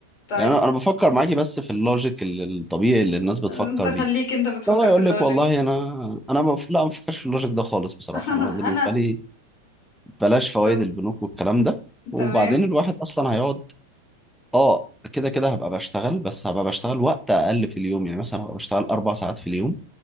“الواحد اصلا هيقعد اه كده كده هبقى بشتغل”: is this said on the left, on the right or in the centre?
Centre